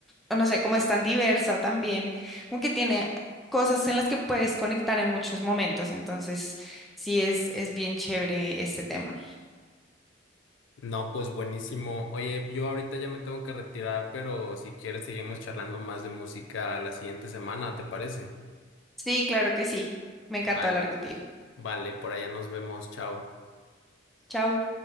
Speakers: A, in the centre; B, on the left.
A: o no sé, como es tan diversa también, como que tiene cosas en las que puedes conectar en muchos momentos, entonces sí es, es bien chévere este tema.
B: No, pues buenísimo. Oye, yo ahorita ya me tengo que retirar, pero si quieres seguimos charlando más de música la siguiente semana, ¿te parece?
A: Sí, claro que sí, me encantó
B: Vale.
A: hablar contigo.
B: Vale, por allá nos vemos, chao.
A: Chao.